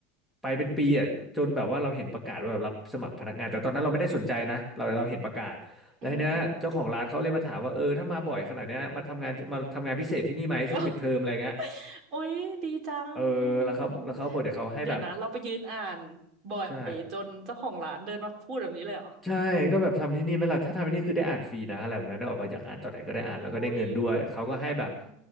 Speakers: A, in the centre; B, on the right (about 35°).
A: ไปเป็นปีอ่ะจนแบบว่าเราเห็นประกาศว่าแบบรับสมัครพนักงานแต่ตอนนั้นเราไม่ได้สนใจนะเราเราเห็นประกาศแล้วทีเนี้ยเจ้าของร้านเขาเลยมาถามว่าเออถ้ามาบ่อยขนาดเนี้ยมาทำงานมาทำงานพิเศษที่นี่ไหมช่วงปิดเทอมอะไรเงี้ย
B: อืม <laughs> โอ้ยดีจังอืมอืมอืม
A: เออแล้วเขาแล้วเขาบอกเดี๋ยวเขาให้แบบ
B: เดี๋ยวนะเราไปยืนอ่านบ่อยจนเจ้าของร้านเดินมาพูดแบบนี้เลยเหรอ
A: ใช่ใช่ก็แบบทำที่นี่ไหม่ล่ะถ้าทำที่นี่คือได้อ่านฟรีนะอะไรแบบนั้นเนกออกมาอยากอ่านตอนไหนก็ได้อ่านแล้วก็ได้เงินด้วยเขาก็ให้แบบ
B: โอ้ยอื